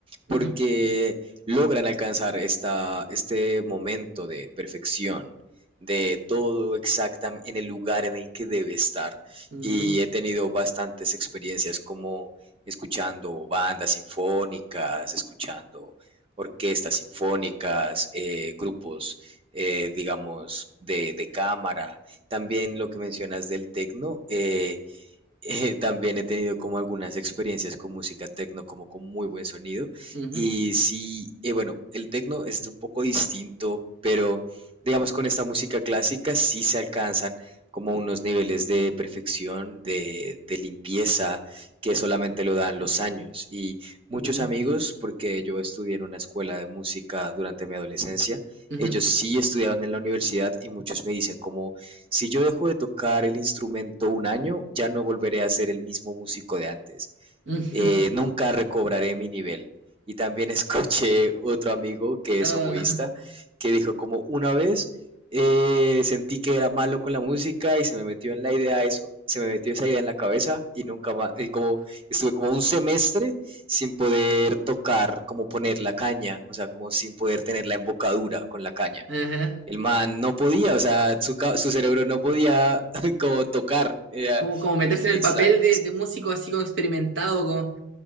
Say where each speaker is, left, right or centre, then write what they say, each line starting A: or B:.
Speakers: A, on the right; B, on the right.
A: porque
B: Ujú,
A: logran alcanzar esta, este momento de perfección, de todo exactamente en el lugar en el que debe estar.
B: ujú,
A: Y he tenido bastantes experiencias como escuchando bandas sinfónicas, escuchando orquestas sinfónicas, eh, grupos, eh, digamos, de, de cámara también lo que mencionas del tecno, eh, eh, también he tenido como algunas experiencias con música tecno, como con muy buen sonido.
B: ujú,
A: Y sí, eh, bueno, el tecno es un poco distinto, pero digamos con esta música clásica sí se alcanzan como unos niveles de perfección, de, de, limpieza, que solamente lo dan los años. Y muchos
B: ujú,
A: amigos, porque yo estudié en una escuela de música durante mi adolescencia,
B: ujú,
A: ellos
B: ujú.
A: sí estudiaron en la universidad y muchos me dicen como, si yo dejo de tocar el instrumento un año, ya no volveré a ser el mismo músico de antes.
B: <laughs>
A: Eh, nunca recobraré mi nivel. Y también <laughs> escuché otro amigo que
B: Ah,
A: es oboísta, que dijo como una vez eh, sentí que era malo con la música y se me metió en la idea eso, se me metió esa idea en la cabeza y nunca más, y como estuve como un semestre sin poder tocar, como poner la caña, o sea, como sin poder tener la embocadura con la caña
B: ajá.
A: el man no podía, o sea, su, su cerebro no podía <laughs> como tocar, era
B: como, como meterse
A: muy, muy
B: en el
A: extraña,
B: papel de,
A: sí.
B: de músico así como experimentado, como,